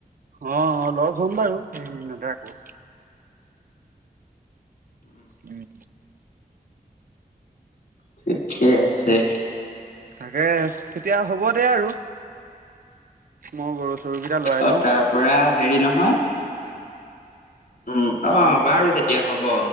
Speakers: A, on the right; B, on the left.
A: অঁ লগ হম বাৰু এই এই কেইদিন আকৌ। উম!
B: ঠিকেই আছে। তে
A: তাকে তেতিয়া হ'ব দে আৰু মই গৰু চৰুকেইটা লাই
B: অ
A: লওঁ।
B: তাৰ পৰা হেৰি নহয় উম অঁ বাৰু তেতিয়া হ'ব।